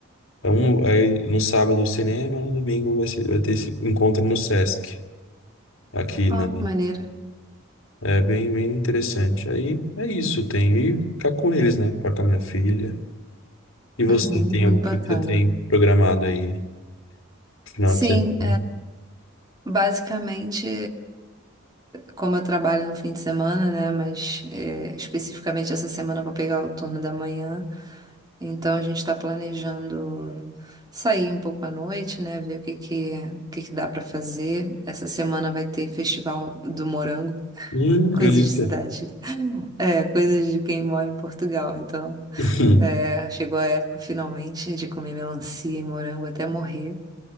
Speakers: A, on the left (about 75°); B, on the right (about 20°).
A: é um, aí no sábado o cinema, no domingo vai ser, vai ter esse encontro no Sesc aqui na
B: Ó, que maneiro.
A: é bem bem interessante. Aí é isso, tenho e ficar com eles, né, ficar com a minha filha. E você
B: Uhum,
A: tem
B: muito
A: o que
B: bacana.
A: que você tem programado aí pro final
B: Sim,
A: de semana?
B: Basicamente, como eu trabalho no fim de semana, né? Mas é, especificamente essa semana eu vou pegar o turno da manhã. Então a gente está planejando sair um pouco à noite, né? Ver o que que, o que que dá para fazer. Essa semana vai ter Festival do Morango.
A: Hum,
B: Coisas
A: delícia.
B: de cidade. É, coisas de quem mora em Portugal. Então,
A: <laughs>
B: é, chegou a época finalmente de comer melancia e morango até morrer.